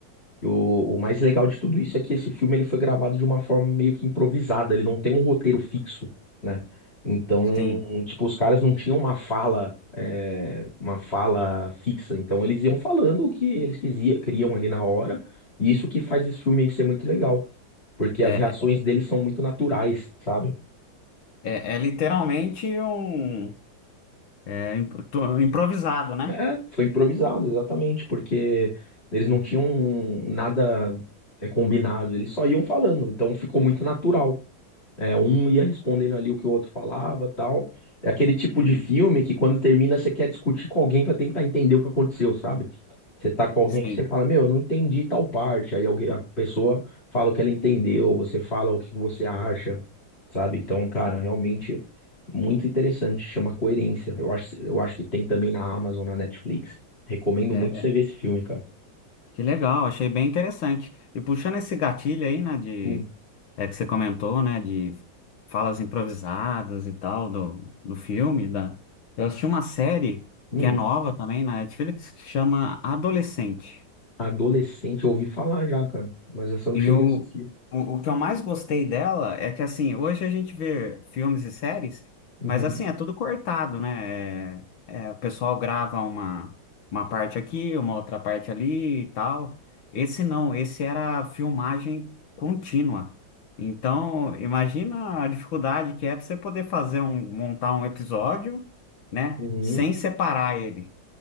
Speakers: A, on the left; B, on the left.
A: E o, o mais legal de tudo isso é que esse filme ele foi gravado de uma forma meio que improvisada, ele não tem um roteiro fixo, né? Então,
B: Sim.
A: tipo, os caras não tinham uma fala, é, uma fala fixa, então eles iam falando o que eles quisia- queriam ali na hora, e isso que faz esse filme ser muito legal, porque
B: É,
A: as reações deles são muito naturais, sabe?
B: é, é literalmente um é, impro- improvisado, né?
A: É, foi improvisado, exatamente, porque eles não tinham nada, é, combinado, eles só iam falando, então ficou muito natural. É, um ia respondendo ali o que o outro falava, tal. É aquele tipo
B: Sim,
A: de filme que quando termina você quer discutir com alguém pra tentar entender o que aconteceu, sabe? Você tá com alguém
B: sim.
A: que você fala, meu, eu não entendi tal parte. Aí alguém, a pessoa fala o que ela entendeu, você fala o que você acha, sabe? Então, cara, realmente muito interessante, chama Coerência. Eu acho, eu acho que tem também na Amazon, na Netflix. Recomendo
B: É,
A: muito você ver esse filme, cara.
B: Que legal, achei bem interessante. E puxando esse gatilho aí, né, de,
A: Hum,
B: é que você comentou, né, de falas improvisadas e tal, do, do filme, da, eu assisti uma série
A: hum.
B: que é nova também na Netflix, que chama Adolescente.
A: Adolescente, eu ouvi falar já, cara, mas essa eu não
B: E
A: cheguei
B: o,
A: a assistir.
B: o, o que eu mais gostei dela é que, assim, hoje a gente vê filmes e séries,
A: Uhum,
B: mas, assim, é tudo cortado, né? É, é, o pessoal grava uma, uma parte aqui, uma outra parte ali e tal. Esse não, esse era filmagem contínua. Então, imagina a dificuldade que é para você poder fazer um, montar um episódio, né?
A: uhum.
B: Sem separar ele,